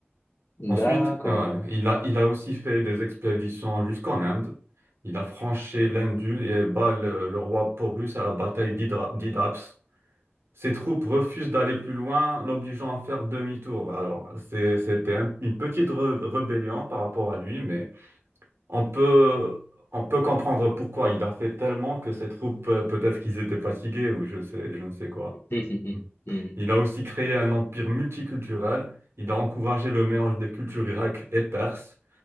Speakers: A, on the right; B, on the left.
A: Ensuite,
B: D'accord.
A: euh, il a, il a aussi fait des expéditions jusqu'en Inde. Il a franchi l'Indus et bat le, le roi Porus à la bataille d'Hydra- d'Hydaps. Ses troupes refusent d'aller plus loin, l'obligeant à faire demi-tour. Alors, c'est- c'était un- une petite re- rébellion par rapport à lui, mais on peut, on peut comprendre pourquoi. Il a fait tellement que ses troupes, euh, peut-être qu'ils étaient fatigués ou je sais, je ne sais quoi.
B: <laughs> Mhm,
A: Il a aussi créé un empire multiculturel. Il a encouragé le mélange des cultures grecques et perses.